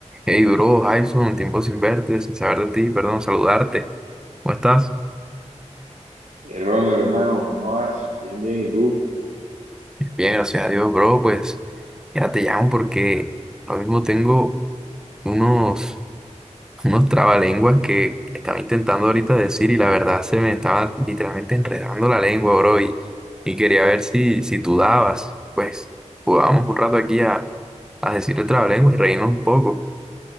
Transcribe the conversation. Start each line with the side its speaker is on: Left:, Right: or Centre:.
Centre: Hey, bro, Jason, tiempo sin verte, sin saber de ti, perdón, saludarte. ¿Cómo estás?
Right: Eh, Ronald, hermano, ¿cómo vas? Bien, bien, ¿y tú?
Centre: Bien, gracias a Dios, bro. Pues, mira, te llamo porque lo mismo tengo unos, unos trabalenguas que estaba intentando ahorita decir y la verdad se me estaba literalmente enredando la lengua, bro. Y, y quería ver si, si tú dabas. Pues, jugábamos un rato aquí a, a decir el trabalenguas y reírnos un poco.